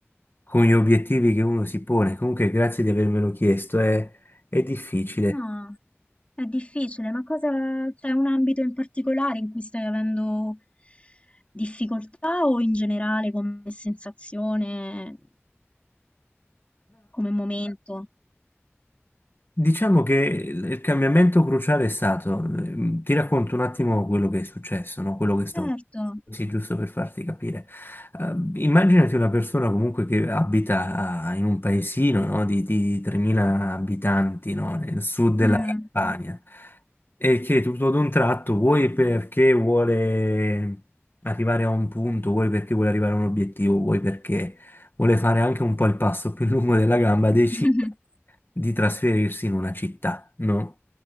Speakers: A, on the left (about 50°); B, on the left (about 30°).
A: con gli obiettivi che uno si pone. Comunque, grazie di avermelo chiesto, è, è difficile.
B: No, è difficile, ma cosa, c'è un ambito in particolare in cui stai avendo difficoltà o in generale come sensazione, come momento?
A: Diciamo che il il cambiamento cruciale è stato, ehm, ti racconto un attimo quello che è successo, no? Quello che sto,
B: Certo.
A: sì, giusto per farti capire. Ehm, immaginati una persona comunque che abita a- in un paesino, no? Di, di 3.000 abitanti, no? Nel sud della
B: Mm.
A: Campania e che tutto ad un tratto, vuoi perché vuole arrivare a un punto, vuoi perché vuole arrivare a un obiettivo, vuoi perché vuole fare anche un po' il passo più lungo della gamba, decide
B: <laughs>
A: di trasferirsi in una città, no?